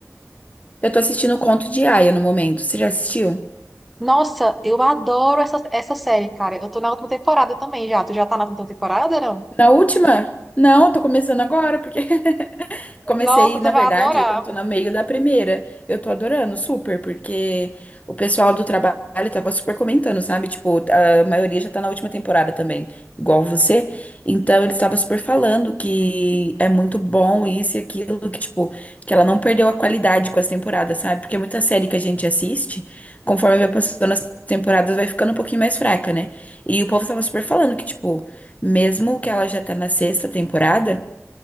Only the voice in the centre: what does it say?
Nossa, eu adoro essa, essa série, cara. Eu tô na última temporada também já. Tu já tá na última temporada, não?
Nossa, tu
vai
adorar.